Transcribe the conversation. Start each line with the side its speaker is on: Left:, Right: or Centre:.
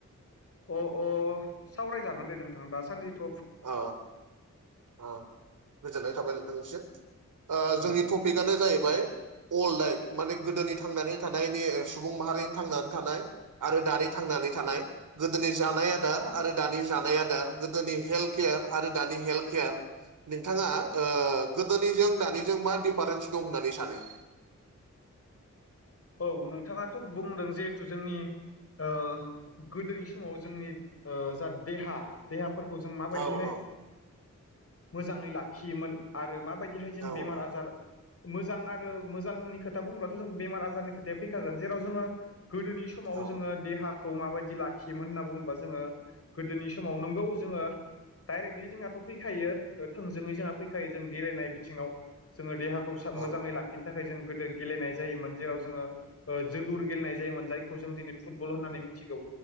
Left: अ अ सावरायजागोन दे नोंथां दा सानदिथ'
Right: ओ ओ‌ गोजोननाय थाबाय नोंथांनिसिम ओ
Left: औ
Right: जोंनि टपि गानो जाहैबाय अल लाइक माने गोदोनि थांनानै थानायनि सुबुं माहारिनि थांनानै थानाय आरो दानि थांनानै थानाय गोदोनि जानाय आदार आरो दानि जानाय आदार गोदोनि हेल्थ केयार आरो दानि हेल्थ केयार नोंथाङा ओ गोदोनिजों दानिजों मा दिडिफारेन्स दं होननानै सानो।
Left: औ नोंथाङाथ' बुंदों जिहेथु जोंनि ओ‌ गोदोनि समाव जोंनि ओ जा देहा देहाफोरखौ जों माबायदिहाय
Right: औ औ
Left: मोजाङै लाखियोमोन। आरो माबायदिहाय जों
Right: औ
Left: बेमार
Right: औ
Left: आजार मोजां आरो मोजांनि खोथा बुंब्लाथ' जों बेमार आ फोरनि खोथाया फैखागोन जेराव जों गोदोनि समाव
Right: औ
Left: जोङो देहा खौ माबायदि लाखियोमोन होनना बुङोबा जोङो गोदोनि समाव नोंगौ जोङो। दडाइरेक्टलि जोंहाथ' फैखायो ओ थोंजोङै जोंहा फैखायो जों गेलेनाय बिथिङाव। जोङो देहाखौ
Right: औ
Left: मोजाङै लाखिनो थाखाय जों गोदो गेलेनाय जायोमोन जेराव जोङो ओ जोलुर गेलेनाय जायोमोन जायखौ जों दिनै फुटबल होननानै मिथिगौ।